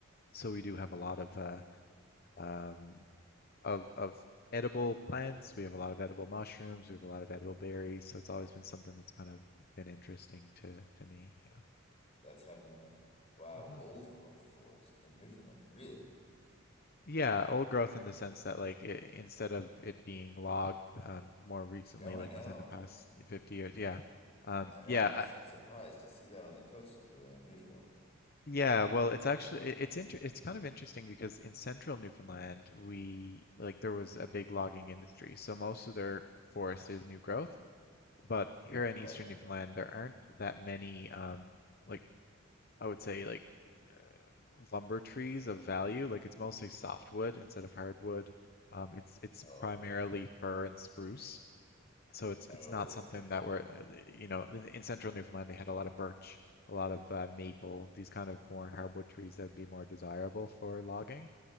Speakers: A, on the left; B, on the left.
A: So we do have a lot of uh, um, of of edible plants. We have a lot of edible mushrooms. We have a lot of edible berries. So it's always been something that's kind of been interesting to to me. Yeah.
B: that's heavenly. Wow,
A: hmm
B: old growth forest in Newfoundland. Really?
A: Yeah, old growth in the sense that like it, instead of it being logged um, more recently,
B: No,
A: like
B: I know.
A: within the past 50 years. Yeah. Um,
B: I know.
A: yeah.
B: I'm just
A: I,
B: I'm surprised to see that on the coast is really unusual.
A: yeah. Well, it's actually it, it's inter it's kind of interesting because in central Newfoundland, we like there was a big logging industry. So most of their forest is new growth. But here in
B: Right.
A: Eastern Newfoundland, there aren't that many, um, like I would say, like uh, lumber trees of value. Like it's mostly softwood instead of hardwood. Um, it's it's
B: Okay.
A: primarily fir and spruce, so it's it's
B: Okay.
A: not something that we're, uh, you know, in, in central Newfoundland they had a lot of birch, a lot of uh, maple, these kind of more hardwood trees that would be more desirable for logging.